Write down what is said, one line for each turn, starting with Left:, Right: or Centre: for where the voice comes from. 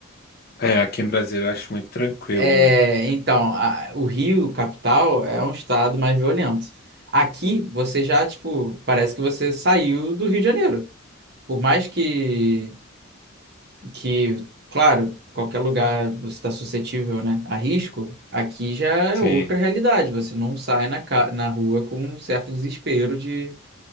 Left: É, aqui em Brasília eu acho muito tranquilo,
Right: É,
Left: mano.
Right: então, a- o Rio, capital, é um estado mais violento. Aqui, você já, tipo, parece que você saiu do Rio de Janeiro. Por mais que, que, claro, qualquer lugar você está suscetível, né, a risco, aqui já é
Left: Sim.
Right: outra realidade. Você não sai na, ca- na rua com um certo desespero de,